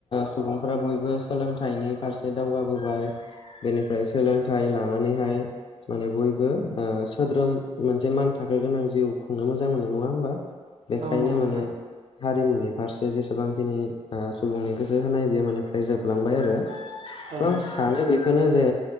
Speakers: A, on the left; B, on the right.
A: सुबुंफोरा बयबो सोलोंथाइनि फारसे दावगाबो बेनिफ्राय सोलोंथाइ लानानैहाय माने बयबो सोद्रोम मोनसे मान थाखो गोनां जिउ खुंनो मोजां मोनो नङा होमबा बेखायनो
B: औ नंगौ
A: माने
B: नोंथां
A: हारिमुनि फारसे जेसेबांखिनि सुबुंनि गोसो होनाय बेयो मनिफ्राय जोबलांबाय आरो
B: औ
A: आं
B: नोंथां
A: सानो बेखौनो जे